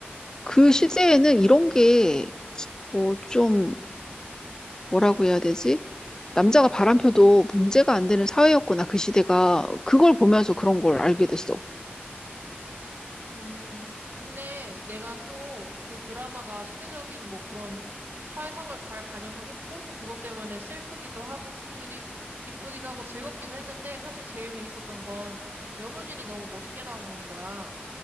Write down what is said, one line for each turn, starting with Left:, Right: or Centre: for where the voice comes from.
Left: 그 시대에는 이런 게, 어, 좀, 뭐라고 해야 되지? 남자가 바람펴도 문제가 안 되는 사회였구나, 그 시대가. 그걸 보면서 그런 걸 알게 됐어.
Right: 음, 근데 내가 또 그 드라마가 시대적인 뭐 그런 사회상을 잘 반영을 했고 또 그것 때문에 슬프기도 하고 기쁘기, 기쁘기도 하고 즐겁기도 했는데 사실 제일 재밌었던 건 연우진이 너무 멋있게 나오는 거야.